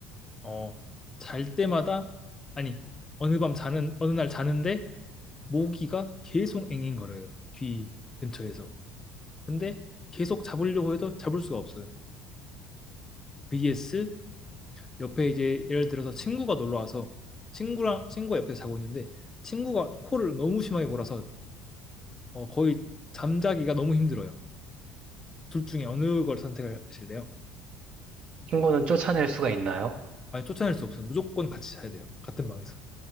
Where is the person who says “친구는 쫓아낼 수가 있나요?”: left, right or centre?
Right